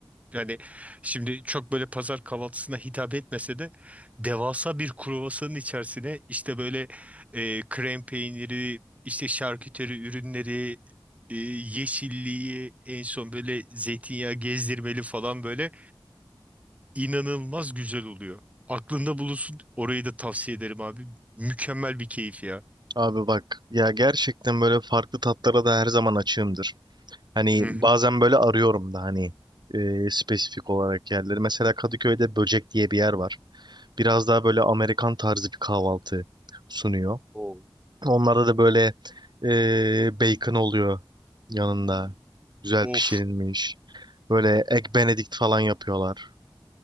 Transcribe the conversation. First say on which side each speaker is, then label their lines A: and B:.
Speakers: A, on the right (about 15°); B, on the right (about 55°).
A: Yani şimdi çok böyle pazar kahvaltısına hitap etmese de devasa bir kruvasanın içerisine işte böyle e, krem peyniri, işte şarküteri ürünleri, e, yeşilliği en son böyle zeytinyağı gezdirmeli falan böyle inanılmaz güzel oluyor. Aklında bulunsun. Orayı da tavsiye ederim abi. Mükemmel bir keyif ya.
B: Abi bak ya gerçekten böyle farklı tatlara da her zaman açığımdır. Hani
A: Hı
B: bazen
A: hı.
B: böyle arıyorum da hani e, spesifik olarak yerleri. Mesela Kadıköy'de Böcek diye bir yer var. Biraz daha böyle Amerikan tarzı bir kahvaltı sunuyor.
A: Oo.
B: Onlarda da böyle e, bacon oluyor yanında. Güzel
A: Of
B: pişirilmiş. Böyle egg benedict falan yapıyorlar.